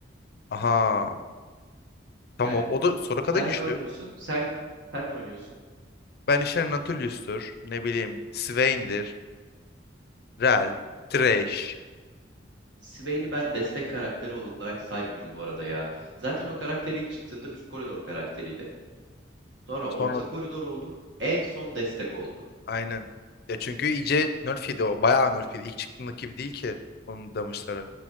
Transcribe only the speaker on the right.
Yani
sen
ne oynuyorsun? Sen sen ne oynuyorsun?
Swain'i ben destek karakteri olarak saymıyorum bu arada ya. Zaten o karakter ilk çıktığında üst koridor karakteriydi. Sonra
orta koridor oldu. En son destek oldu.